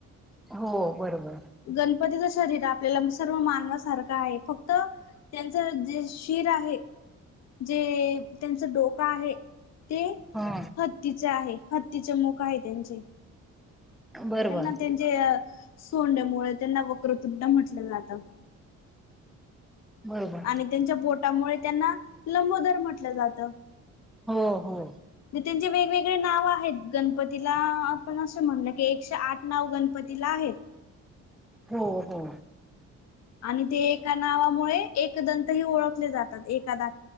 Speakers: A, in the centre; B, on the left.
A: हो बरोबर
B: गणपतीच शरीर आपल्याला सर्व मानवासारखं आहे फक्त त्यांच जे शिर आहे जे त्यांच डोका आहे ते,
A: हा
B: हत्तीचे आहे हत्तीचे मुख आहे त्यांचे
A: बरोबर
B: त्यांना त्यांचे सोंडमुळे त्यांना वक्रतृ म्हटलं जातं
A: बरोबर
B: आणि त्यांच्या बोटामुळे त्यांना लंबोदर म्हटलं जात
A: हो हो
B: त्यांचे वेगवेगळे नाव आहेत गणपतीला आपण असं म्हणल की एकशे आठ नाव गणपती दि आहे
A: हो हो
B: आणि ते एका नावामुळे एक दंतही ओळखले जातात एका द